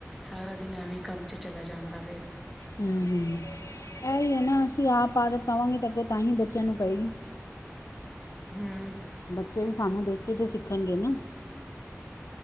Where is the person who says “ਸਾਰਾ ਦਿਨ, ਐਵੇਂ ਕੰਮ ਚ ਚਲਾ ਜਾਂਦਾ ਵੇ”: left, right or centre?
Centre